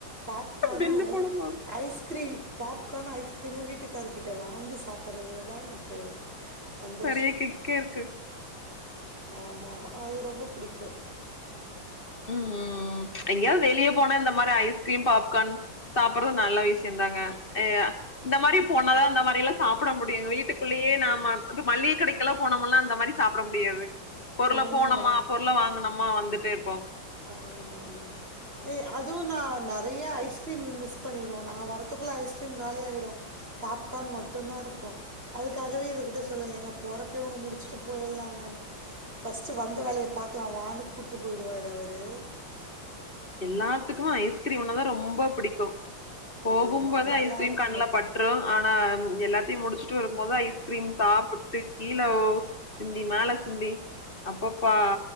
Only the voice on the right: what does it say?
பாப்கார்னு
ஐஸ்கிரீம் பாப் க்கானு ஐஸ்கிரீமு வீட்டுக்காரர்கிட்ட வாங்கி சாப்பிட்றதுல தா எனக்கு சந்தோஷம்
ஆமா ஆமா அது ரொம்ப பிடிக்கு
ஆ, உண்மை
ஆமாமா ஏய் அதுவு நா நெறையா ஐஸ்க்ரீம் மிஸ் பண்ணிடுவோ நா வர்றதுக்குள்ள ஐஸ்கிரீம் கால ஆயிடு பாப்கார்ன் மட்டுந்தா இருக்கு அதுக்காகவே இவரு கிட்ட சொல்லவ ஏங்க பொறப்பவே ஒன்னு முடிச்சிட்டு போயிர்லாங்கன்னு ஃபர்ஸ்ட்டு வந்த வேலய பாக்கலா வானு கூட்டு போயிடுவாரு அவரு
ஆமா, நல்லாருக்கும்.